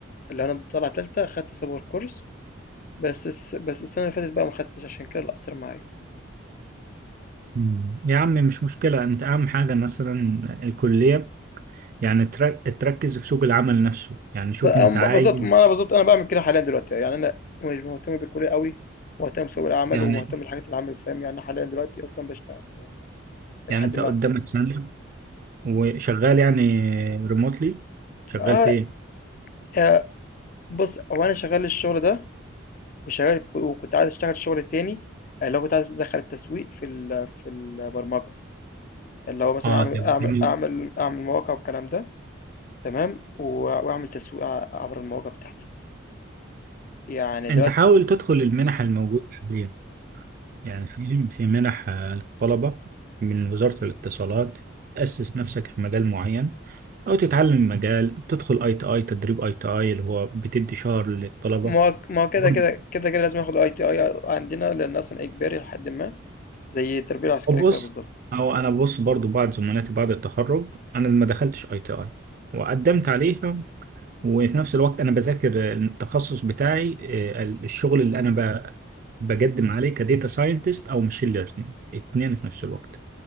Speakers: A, on the left (about 40°); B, on the right (about 45°).
A: اللي أنا طالع تالتة خدت سَمَا الكورس، بس الس بس السَنة اللي فاتت بقى ما خدتش عشان كده اللي أثّر معايا.
B: مم. يا عم مش مشكله انت اهم حاجه مثلا الكليه يعني ترك... تركز في سوق العمل نفسه يعني شوف
A: بقى-
B: انت
A: أم-
B: عايز
A: بالظبط ما انا بالظبط انا بعمل كده حاليا دلوقتي يعني انا مش مهتم بالكليه قوي مهتم بسوق العمل
B: يعني
A: ومهتم بالحاجات اللي عامل فاهم يعني أنا حاليا دلوقتي اصلا بشتغل فاهم
B: يعني
A: لحد
B: انت
A: ما
B: قدامك سنه وشغال يعني
A: مم.
B: ريموتلي شغال
A: اه
B: فين
A: آه، بص هو انا شغال الشغل ده وشغال وكنت عايز اشتغل شغل تاني آه، اللي هو كنت عايز ادخل التسويق في ال- في البرمجه اللي هو مثلا
B: اه
A: اعمل اعمل
B: تمام
A: اعمل اعمل مواقع والكلام ده تمام و- واعمل تسويق ع- عبر المواقع بتاعتي يعني دلوقتي
B: انت حاول تدخل المنح الموجودة حاليا يعني في في منح آه، للطلبة من وزارة الاتصالات تأسس نفسك في مجال معين أو تتعلم مجال تدخل اي تي اي تدريب اي تي اي اللي هو بتدي شهر للطلبة
A: ما هو ما هو كده
B: برضه
A: كده كده كده لازم اخد اي تي اي عندنا لان اصلا اجباري لحد ما زي التربيه العسكريه
B: بص
A: كده بالظبط
B: أو أنا بص برضو بعض زملاتي بعد التخرج أنا ما دخلتش اي تي اي وقدمت عليها وفي نفس الوقت أنا بذاكر التخصص بتاعي آه، الشغل اللي أنا ب- بقدم عليه كديتا ساينتست أو ماشين ليرنينج اتنين في نفس الوقت